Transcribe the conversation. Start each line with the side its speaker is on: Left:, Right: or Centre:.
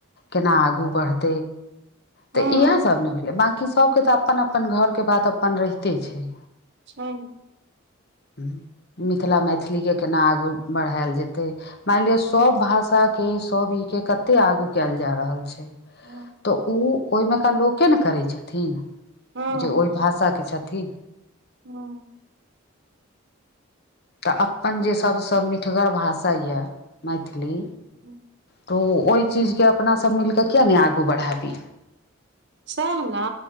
Left: केना आगू बढ़त तऽ
Right: हूँ
Left: इएह सब ने भेलै बकी सभके तऽ अपन अपन घरके बात अपन रहिते छै
Right: छै
Left: ह मिथिला मैथिलीके केना आगू बढ़ायल जेतै मानि लिअ सभ भाषा के सभ ई के कते आगू कयल जा रहल छै
Right: हँ
Left: तऽ ओ ओहिमेका लोके ने करै छथिन
Right: हूँ
Left: जे ओहि भाषाके छथिन
Right: <unintelligible>
Left: तऽ अपन जे सबसँ मिठगर भाषा य मैथिली
Right: <unintelligible>
Left: त ओ ओहि चीज के अपना सब मिलिके किया नहि आगू बढ़ाबी
Right: सएह ने